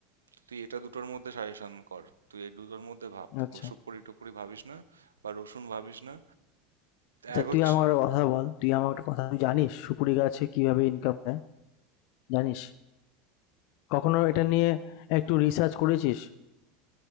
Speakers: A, on the right; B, on the left.
A: তুই এটা দুটোর মধ্যে সাজেশন কর তুই এই দুটোর মধ্যে ভাব
B: আচ্ছা
A: সুপুরি টুপুরি ভাবিস না বা রসুন ভাবিস না
B: আচ্ছা
A: এক হচ্ছে
B: তুই আমার একটা কথা বল তুই আমার একটা কথা তুই জানিস সুপুরি গাছে কিভাবে ইনকাম হয় জানিস? কখনো এটা নিয়ে একটু রিসার্চ করেছিস?